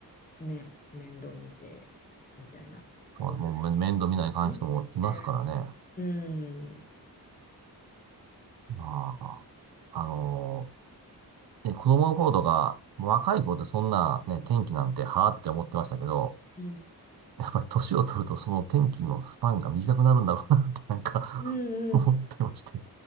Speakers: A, on the left; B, on the right.
A: ね、面倒見てみたいな。
B: うもうめ面倒見ないかん人もいますからね。
A: ありますよね。
B: あ
A: うん。
B: あ、あのー、ね子供の頃とか、若い頃ってそんなね、天気なんてはあって思ってましたけど、
A: うん。
B: <laughs> やっぱり年を取るとその天気のスパンが短くなるんだろうなってなんか
A: うんうん。
B: <laughs> 思ってまして。